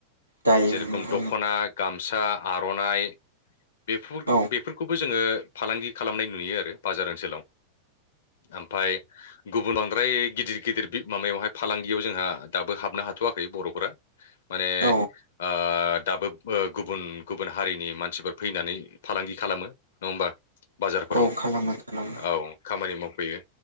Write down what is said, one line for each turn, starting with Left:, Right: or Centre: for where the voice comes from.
Right: दायो
Left: जेरखम
Right: नंगौ
Left: दख'ना गामसा आर'नाइ बे
Right: औ
Left: बेफोरखौबो जोङो फालांगि खालामनाय नुयो आरो बाजार ओनसोलाव ओमफाय गुबुन बांद्राय गिदिर गिदिर माबायावहाय फालांगियाव जोंहा दाबो हाबनो हाथ'वाखै बर'फोरा माने
Right: औ
Left: ओ ओ दाबो गुबुन गुबुन हारिनि मानसिफोर फैनानै फालांगि खालामो नङा होमबा बाजारफोराव
Right: औ खालामो खालामो
Left: औ खामानि मावफैयो